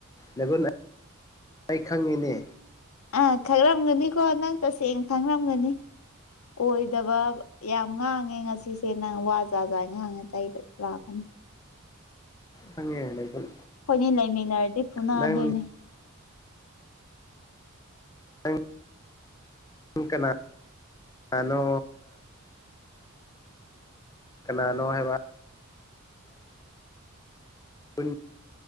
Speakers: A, on the left; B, on the left.
A: ꯂꯩꯒꯨꯟ ꯑꯩ ꯈꯪꯉꯤꯅꯦ
B: ꯑꯥ ꯈꯪꯔꯝꯒꯅꯤꯀꯣ ꯅꯪ ꯇꯁꯦꯡꯅ ꯈꯪꯔꯝꯒꯅꯤ ꯑꯣꯏꯗꯕ ꯌꯥꯝ ꯉꯥꯡꯉꯦ ꯉꯁꯤꯁꯦ ꯅꯪ ꯋꯥ ꯖꯥ ꯖꯥ ꯉꯥꯡꯉꯦ ꯆꯍꯤ ꯂꯥꯛꯀꯥꯅꯤ
A: ꯈꯪꯉꯦ ꯂꯩꯐꯝ
B: ꯍꯣꯏꯅꯦ ꯂꯩꯃꯤꯟꯅꯔꯗꯤ ꯐꯨꯅꯗꯣꯏꯅꯦ
A: ꯅꯪ ꯅꯒ ꯀꯅ ꯀꯅꯥꯅꯣ ꯀꯅꯥꯥ ꯅꯣ ꯍꯥꯏ ꯕ ꯎ